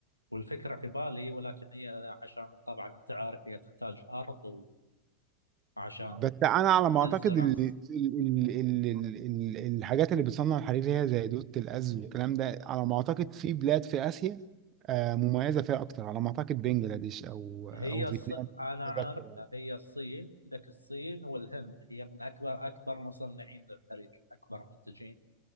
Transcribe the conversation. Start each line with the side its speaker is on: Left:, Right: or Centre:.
Left: والفكرة في بالي ولكن هي عشان طبعا أنت عارف هي تحتاج أرض وعشان
Right: بس انا على ما
Left: تزرع
Right: اعتقد ال ال ال ال ال ال الحاجات اللي بتصنع الحرير هي زي دودة الأز والكلام ده على ما اعتقد في بلاد في آسيا آه، مميزة فيها اكتر على ما اعتقد بنجلاديش او
Left: هي
Right: او فيتنام
Left: الص... أنا
Right: متذكر
Left: عارف
Right: يعني.
Left: هي الصين عندك الصين والهند هي من أكبر أكبر مصنعين للحرير أكبر منتجين